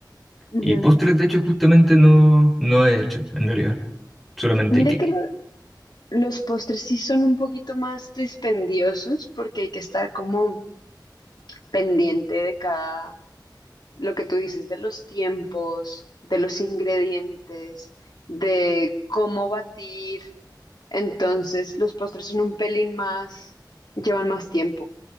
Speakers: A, on the left; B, in the centre.
A: Ujú.
B: Y postres, de hecho, justamente no, no he hecho, en realidad. Solamente
A: Mira
B: queque.
A: que lo- los postres sí son un poquito más dispendiosos porque hay que estar como pendiente de cada. lo que tú dices de los tiempos, de los ingredientes, de cómo batir. Entonces, los postres son un pelín más, llevan más tiempo.